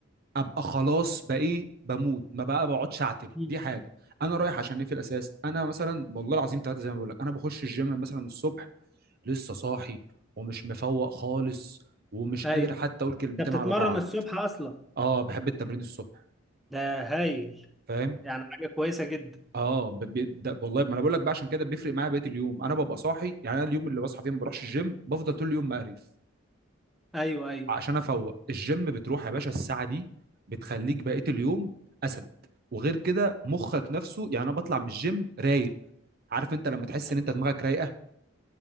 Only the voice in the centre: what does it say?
مم.
ايوه
ده بتتمرن
الصبح اصلا
ده هايل
يعني حاجة كويسة جدا
ايوه ايوه
ايوه